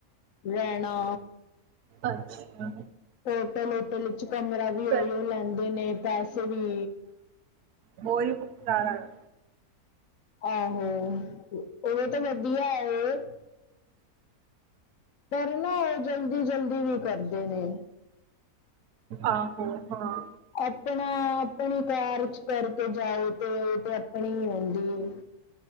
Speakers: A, on the left; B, on the right.
A: ਰੈਣਾ
B: ਅੱਛਾ।
A: ਹੋਟਲ <unintelligible> ਲਿੱਚ ਕਮਰਾ ਵੀ ਓਈਓ
B: ਫਿਰ
A: ਲੈਂਦੇ ਨੇ ਪੈਸੇ ਵੀ
B: ਵੋਈ ਭੁੱਖ ਲਾਰਾ ਵੈ
A: ਆਹੋ, ਏਵੇ ਤੇ ਵਧੀਆ ਏ ਕਰਨਾ ਏ ਜਲਦੀ-ਜਲਦੀ ਵੀ ਕਰਦੇ ਨੇ
B: ਆਹੋ ਹਾਂ
A: ਅਪਣਾ, ਅਪਣੀ ਕਾਰ ਵਿੱਚ ਕਰਕੇ ਜਾਓ ਤੇ, ਤੇ ਆਪਣੀ ਹੁੰਦੀ ਏ।